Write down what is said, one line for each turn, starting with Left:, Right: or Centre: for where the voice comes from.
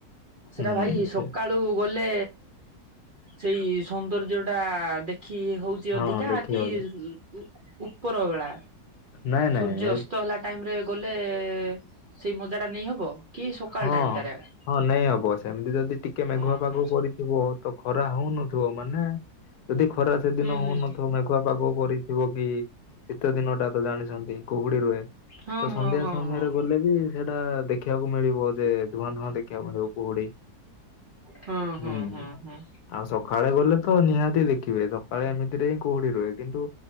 Right: ସେଟା
Left: ହୁଁ
Right: ଭାଇ ସକାଳୁ ବୋଲେ ସେଇ ସୌନ୍ଦର୍ଯ୍ୟ ଟା ଦେଖି ହଉ ଚି
Left: ହଁ
Right: ଅଧିକା
Left: ଦେଖିହଉଛି
Right: କି ଉ- ଉପର ବେଳା
Left: ନାଇଁ ନାଇଁ
Right: ସୂର୍ଯ୍ୟ ଅସ୍ତ ହେଲା ଟାଇମ୍ ରେ ଗଲେ ସେଇ ମଜା ଟା ନେଇ ହବ। କି ସକାଳ
Left: ହଁ-
Right: ଟାଇମ ଟାରେ ଆକା।
Left: ହଁ ନେଇହବ ସେମିତି ଯଦି ଟିକେ ମେଘୁଆ
Right: ହୁଁ
Left: ପାଗ
Right: ହୁଁ
Left: କରି ଥିବ ତ ଖରା ହଉନଥିବ ମାନେ ଯଦି ଖରା ସେଦିନ
Right: ହୁଁ
Left: ହଉନଥିବ
Right: ହୁଁ
Left: ମେଘ ଘୁଆ ପାଗ କରିଥିବ କି ଶୀତ ଦିନ ଟା ତ ଜାଣିଚନ୍ତି କୁହୁଡି ରୁହେ।
Right: ହଁ
Left: ତ
Right: ହଁ
Left: ସନ୍ଧ୍ୟା
Right: ହଁ
Left: ସମୟରେ
Right: ହଁ
Left: ଗଲେ ବି ସେଟା ଦେଖିବାକୁ ମିଳିବ ଯେ ଧୂଆଁ ଧୂଆଁ ଦେଖିବାକୁ ମିଳିବ କୁହୁଡି।
Right: ହଁ -ହଁ
Left: ହୁଁ
Right: -ହଁ- ହଁ।
Left: ଆଉ ସକାଳେ ଗଲେ ତ ନିହାତି ଦେଖିବେ ସକାଳେ ଏମିତିରେ ହିଁ କୁହୁଡ଼ି ରୁହେ- କିନ୍ତୁ